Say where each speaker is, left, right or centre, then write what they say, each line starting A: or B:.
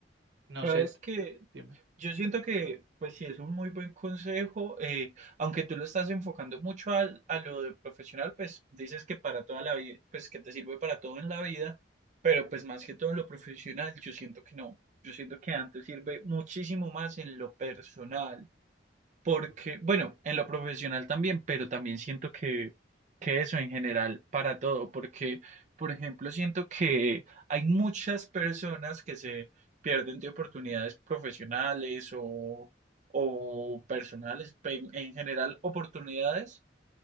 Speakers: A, on the right; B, on the right.
A: No
B: Sabes
A: sé,
B: que
A: dime.
B: yo siento que, pues sí, es un muy buen consejo, eh, aunque tú lo estás enfocando mucho al, a lo de profesional, pues dices que para toda la vida, pues que te sirve para todo en la vida, pero pues más que todo en lo profesional, yo siento que no, yo siento que antes sirve muchísimo más en lo personal. Porque, bueno, en lo profesional también, pero también siento que, que eso en general para todo, porque, por ejemplo, siento que hay muchas personas que se pierden de oportunidades profesionales o, o personales, pe- en general oportunidades,